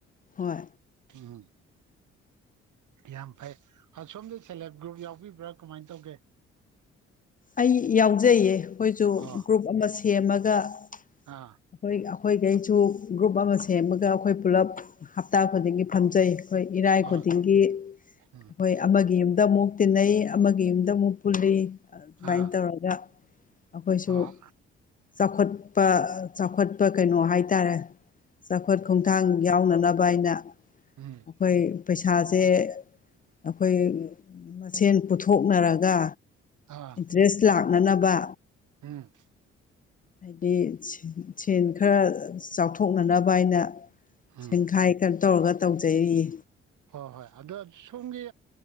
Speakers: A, on the left; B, on the right.
A: ꯍꯣꯏ
B: ꯎꯝ ꯌꯥꯝ ꯐꯩ ꯁꯣꯝꯗ ꯁꯦꯜꯗꯤ ꯍꯦꯜꯞ ꯒ꯭ꯔꯨꯞ ꯌꯥꯎꯕꯤꯕ꯭ꯔꯥ ꯀꯃꯥꯏꯅ ꯇꯧꯒꯦ
A: ꯑꯩ ꯌꯥꯎꯖꯩꯌꯦ ꯑꯩꯈꯣꯏꯁꯨ
B: ꯑꯣ
A: ꯒ꯭ꯔꯨꯞ ꯑꯃ ꯁꯦꯝꯃꯒ ꯑꯩꯈꯣꯏ
B: ꯑꯥ
A: ꯑꯩꯈꯣꯏꯈꯩꯁꯨ ꯒ꯭ꯔꯨꯞ ꯑꯃ ꯁꯦꯝꯃꯒ ꯑꯩꯈꯣꯏ ꯄꯨꯂꯞ ꯍꯞꯇꯥ ꯈꯨꯗꯤꯡꯒꯤ ꯐꯝꯖꯩ ꯑꯩꯈꯣꯏ ꯏꯔꯥꯏ
B: ꯑꯥ
A: ꯈꯨꯗꯤꯡꯒꯤ ꯑꯩꯈꯣꯏ
B: ꯎꯝ
A: ꯑꯃꯒꯤ ꯌꯨꯝꯗ ꯑꯃꯨꯛ ꯇꯤꯟꯅꯩ ꯑꯃꯒꯤ ꯌꯨꯝꯗ ꯑꯃꯨꯛ ꯄꯨꯜꯂꯤ ꯑꯗꯨꯃꯥꯏꯅ
B: ꯑꯥ
A: ꯇꯧꯔꯒ ꯑꯩꯈꯣꯏꯁꯨ
B: ꯑꯥ
A: ꯆꯥꯎꯈꯠꯄ ꯆꯥꯎꯈꯠꯄ ꯀꯩꯅꯣ ꯍꯥꯏꯇꯥꯔꯦ ꯆꯥꯎꯈꯠ
B: ꯍꯣꯏ
A: ꯈꯣꯡꯊꯥꯡ
B: ꯍꯣꯏ
A: ꯌꯥꯎꯅꯅꯕ ꯑꯩꯅ
B: ꯎꯝ
A: ꯑꯩꯈꯣꯏ ꯄꯩꯁꯥꯁꯦ ꯑꯩꯈꯣꯏ ꯃꯁꯦꯟ ꯄꯨꯊꯣꯛꯅꯔꯒ
B: ꯑ
A: ꯗ꯭ꯔꯦꯁ ꯂꯥꯛꯅꯅꯕ
B: ꯎꯝ
A: ꯍꯥꯏꯗꯤ ꯁꯦꯟ ꯈꯔ ꯆꯥꯎꯊꯣꯛꯅꯅꯕ ꯍꯥꯏꯅ
B: ꯎꯝ
A: ꯁꯦꯡꯈꯥꯏ ꯀꯩꯅꯣ ꯇꯧꯔꯒ ꯇꯧꯖꯩꯔꯤꯌꯦ
B: ꯍꯣꯏ ꯍꯣꯏ ꯑꯗꯣ ꯁꯣꯝꯒꯤ